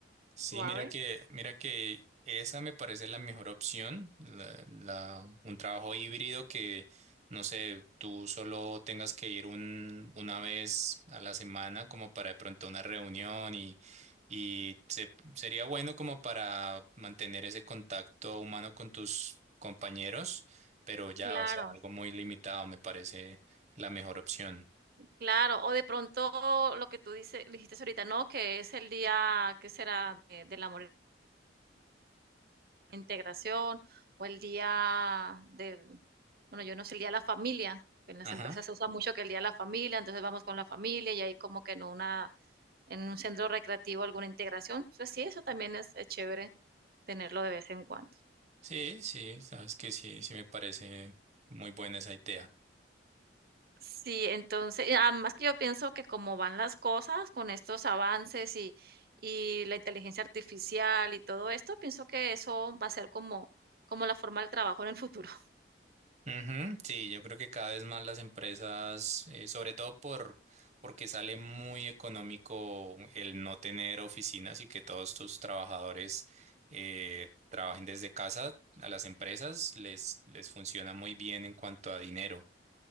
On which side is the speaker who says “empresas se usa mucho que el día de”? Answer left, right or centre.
Right